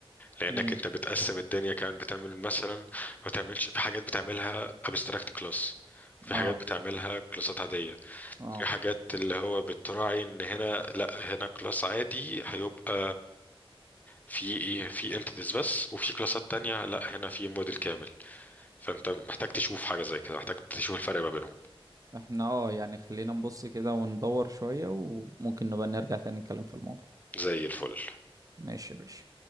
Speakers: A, on the left; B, on the right.
A: لانك
B: امم
A: انت بتقسم الدنيا كمان بتعمل مثلا ما تعملش في حاجات بتعملها ابستراكت كلاس في
B: اه
A: حاجات بتعملها كلاسات عاديه
B: اه
A: في حاجات اللي هو بتراعي ان هنا لا هنا كلاس عادي هيبقى في ايه في انتيتيز بس وفي كلاسات تانية لا هنا في موديل كامل فانت محتاج تشوف حاجه زي كده محتاج تشوف الفرق ما بينهم
B: احنا اه يعني خلينا نبص كده وندور شوية وممكن نبقى نرجع تاني نتكلم في الموضوع
A: زي الفل
B: ماشي يا باشا